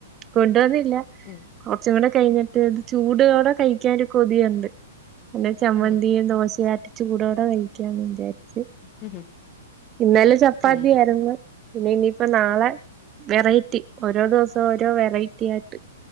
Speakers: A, on the right; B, on the left.
A: കൊണ്ടുവന്നില്ല
B: ഉം
A: കൊർച്ചും കൂടെ കഴിഞ്ഞ് റ്റേത് ചൂടോടെ കഴിക്കാൻ ഒര് കൊതിയുണ്ട് പിന്നെ ചമ്മന്തിയും
B: ഉം
A: ദോശ ചുടോടെ കഴിക്യാന്ന് വിചാര്ച്ച്
B: ഉം ഉം
A: ഇന്നലെ ചപ്പാത്തി
B: ഉം
A: ആയിരുന്ന് പിന്നെ ഇനിയിപ്പം നാളെ വെറൈറ്റി ഓരോ ദിവസം ഓരോ വെറൈറ്റി ആയിട്ട്